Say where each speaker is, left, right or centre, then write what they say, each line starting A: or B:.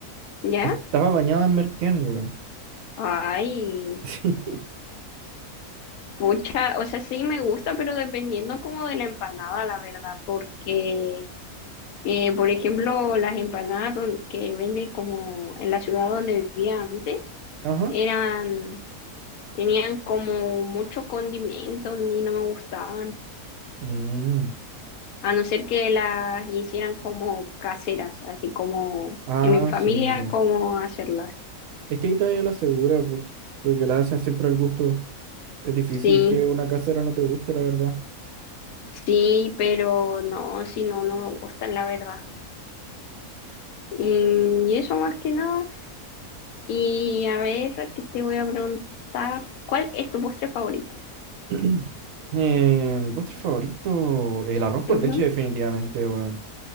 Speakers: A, on the left (about 75°); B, on the right (about 70°).
A: ya.
B: estaba bañada en merquén, weón. <laughs>
A: Ay.
B: Sí.
A: Pucha, o sea, sí me gusta, pero dependiendo como de la empanada, la verdad, porque, eh, por ejemplo, las empanadas don- que venden como en la ciudad donde vivía antes,
B: Ajá.
A: eran, tenían como mucho condimento y no me gustaban,
B: Mm.
A: a no ser que las hicieran como caseras, así como
B: Ah,
A: en mi familia,
B: sí, pues.
A: como hacerlas.
B: Es que ahí todavía la asegura, po, porque la hacen siempre al gusto. Es difícil
A: Sí,
B: que una casera no te guste, la verdad.
A: sí, pero no, si no, no me gustan, la verdad. Y y eso más que nada. Y a ver, ¿qué te voy a preguntar? ¿Cuál es tu postre favorito?
B: <clears throat> Eh, mi postre favorito, el arroz con
A: Ujú.
B: leche, definitivamente, weón.